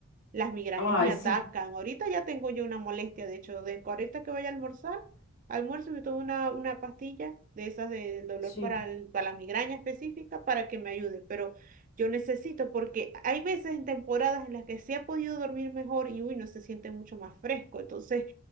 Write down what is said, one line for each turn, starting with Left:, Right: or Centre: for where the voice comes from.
Right: las migrañas
Left: Ay,
Right: me
Left: sí,
Right: atacan. Ahorita ya tengo yo una molestia, de hecho, de que ahorita que vaya a almorzar, almuerzo y me tomo una, una pastilla de esas de- del dolor
Left: sí,
Right: para, el- para la migraña específica para que me ayude. Pero yo necesito, porque hay veces en temporadas en las que sí he podido dormir mejor y uy, no se siente mucho más fresco. Entonces,